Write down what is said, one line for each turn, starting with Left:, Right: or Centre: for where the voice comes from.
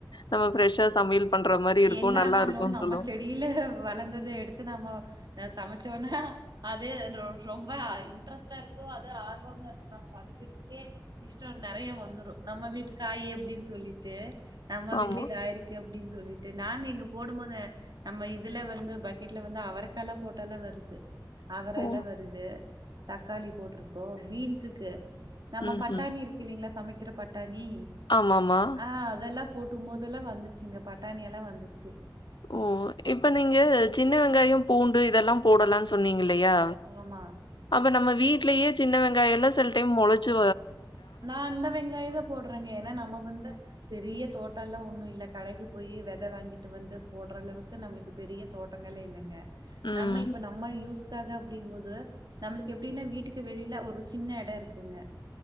Left: நம்ம ஃப்ரெஷ்ஷா சமையல் பண்ற மாரி இருக்கு
Right: என்ன
Left: நல்லா
Right: ஆனாலு
Left: இருக்குன்னு
Right: நம்ம
Left: சொல்லுவாங்க
Right: செடியில வளந்தத எடுத்து நம்ம அ சமச் சோனா அது ரொ ரொம்ப இன்ட்ரெஸ்ட்டா இருக்கு அது ஆர்வமா இருக்கு நம் சமைக்கிறதுக்கே இஷ்டர் நெறய வந்துரு நம்ம வீட்டுக்காய் அப்டின் சொல்லிட்டு நம்ம வீட்டுலயு
Left: ஆமா
Right: இதாயிருக்கு அப்டின் சொல்லி நாங்க இங்க போடும் போது நம்ம இதுல வந்து பக்கெட்ல வந்து அவரைக்க எல்லா போட்டாலா வருது அவரெல்ல
Left: ஓ
Right: வருது தக்காளி போட்ருக்கோ பீன்ஸுக்கு நம்ம
Left: ம்ஹ்ம்
Right: பட்டாணி இருக்கு இல்லைங்களா சமைக்கிற பட்டாணி
Left: ஆமாமா
Right: ஆ அதெல்லா போட்டும் போதெல்லா வந்துச்சுங்க பட்டானியல்லா வந்துச்சு
Left: ஓ இப்ப நீங்க சின்ன வெங்காயம் பூண்டு இதெல்லா போடலானு சொன்னீங்க இல்லையா
Right: ஆமா
Left: அப்ப நம்ம வீட்லயே சின்ன வெங்காயல்லா சில டைம் முளைச்சு
Right: நான் அந்த வெங்காய தான் போடுறேங்க ஏன்னா நம்ம வந்து பெரிய தோட்டல்லா ஒண்ணு இல்லை கடைக்கு போய் விதை வாங்கிட்டு வந்து போடுற அளவுக்கு நம்மளுக்கு பெரிய தோட்டங்கள் இல்லைங்க
Left: ம்
Right: நம்ம இப்ப நம்ம யூஸ் வீட்டுக்காக அப்படின்போது நம்மளுக்கு எப்படின்னா வீட்டுக்கு வெளியில ஒரு சின்ன எட இருக்குங்க